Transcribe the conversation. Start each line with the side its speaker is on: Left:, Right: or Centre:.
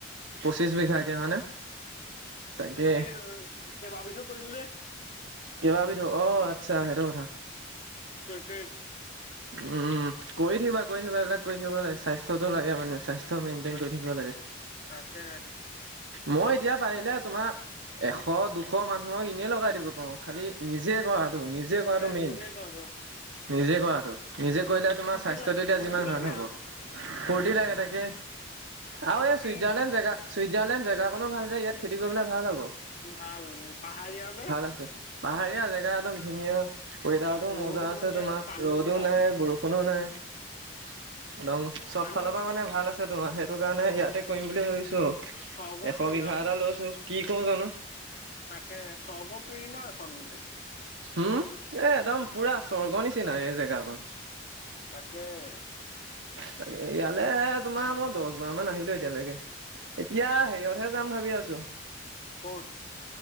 Right: পঁচিছ বিঘাকে হয়নে তাকে
Left: মানে কেইবা বিধো কৰিম যে
Right: কেইবাবিধো অ আচ্ছা সেইটো কথা
Left: তাকে
Right: উম কৰি থাকিবা কৰি থাকিবা এইবিলাক কৰি থাকিব লাগে স্বাস্থ্য টো লাগে মানে স্বাস্থ্য চব মেইনটেইন
Left: পাচ-
Right: কৰি থাকিব লাগে
Left: তাকে
Right: মই এতিয়া পাৰিলে তোমাৰ এশ দুশ মানুহক এনে লগাই দিব পাৰোঁ খালি নিজে‌ নিজে কৰাটো
Left: এই
Right: মেইন
Left: নিজে কৰো
Right: নিজে কৰাটো নিজে কৰিলে তোমাৰ
Left: ফূৰ্তি
Right: স্বাস্থ্যটো
Left: লাগ
Right: এতিয়া
Left: ফূৰ্তি
Right: যিমান ভাল
Left: লাগে
Right: হ'ব
Left: আৰু
Right: ফূৰ্তি লাগে তাকে আৰু
Left: ফূৰ্তি
Right: এ চুইজাৰলেণ্ড জেগা ছুইজাৰলেণ্ড জেগাখনো ভাল যে ইয়াত খেতি কৰিবলে ভাল হব
Left: ভাল পাহাৰীয়া যে
Right: আছে পাহাৰীয়া জেগা একদম ধুনীয়া ৱেডাৰতটো
Left: ৰ'দো
Right: মজা আছে
Left: ধুনীয়া
Right: তোমাৰ ৰ'দ
Left: পানীও
Right: ৰদো
Left: ভাল
Right: নাই বৰষুণো নাই একদম চব
Left: পানীও
Right: ফালৰ পৰা মানে ভাল আছে। তোমাৰ সেইটো কাৰণে ইয়াতে কৰিম বুলি ভাবিছোঁ
Left: স্বৰ্গপুৰী
Right: এশ বিঘা
Left: আৰু
Right: এটা লৈছোঁ। কি কওঁ জানোঁ
Left: তাকে স্বৰ্গ পুৰি ন চতগুটি
Right: উম এ একদম পুৰা স্বৰ্গৰ নিচিনা এই জেগাকন
Left: তাকেহে
Right: তাক ইয়ালে তোমাৰ মই দহ বাৰ মান আহিলো এতিয়ালৈকে এতিয়া হেৰীয়তহে যাম ভাবি আছো।
Left: ক'ত